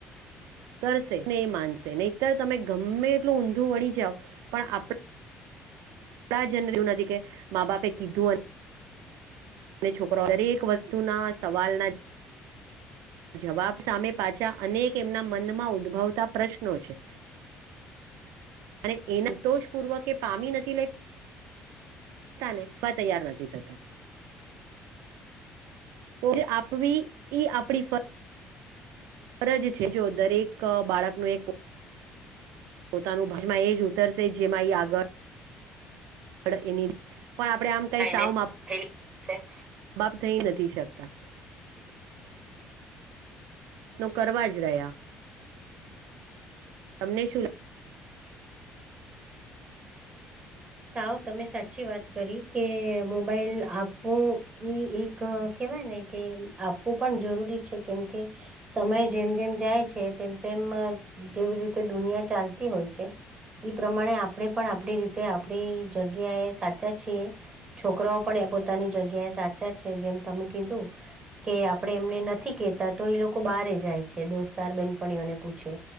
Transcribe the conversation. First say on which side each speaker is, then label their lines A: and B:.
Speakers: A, on the right (about 80°); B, on the right (about 20°).
A: ઊતરસે ને એ માનશે નહીતર તમે ગમે એટલું ઊંધું વળી જાવ પણ આપણે જર એવું નથી કે મા બાપે કીધું અને અને છોકરાઓ દરેક વસ્તુ ના સવાલના જવાબ સામે પાછા અનેક એમના મનમાં ઉદ્ભવતા પ્રશ્નો છે.
B: <unintelligible>
A: અને એ સંતોષપૂર્વક એ પામી નથી લે તા ને તૈયાર નથી થતા. તોજ આપવી એઈ આપણી ફ ફરજ છે જો દરેક બાળકનો એક પોતાનું ભજમાં એ જ ઉતરશે જેમાં એ આગળ ગળ એની પણ આપડે આમ
B: <inaudible>
A: કઈ સાવ મા બાપ થઈ નથી શકતા. તો કરવા જ રહ્યા. તમને શું
B: સાવ તમે સાચી વાત કરી કે મોબાઈલ આપવું એ એક કેવાય ને કે આપવું પણ જરૂરી છે કેમ કે સમય જેમ જેમ જાય છે તેમ તેમ જેવી રીતે દુનિયા ચાલતી હોય છે. ઈ પ્રમાણે આપણે પણ આપડી રીતે આપણી જગ્યાએ સાચા છીએ. છોકરાઓ પણ એ પોતાની જગ્યા એ સાચા છે જેમ તમે કીધું કે આપણે એમને નથી કેહેતા તો એ લોકો બહારે જાય છે દોસ્તાર બેનપણીઓને પૂછે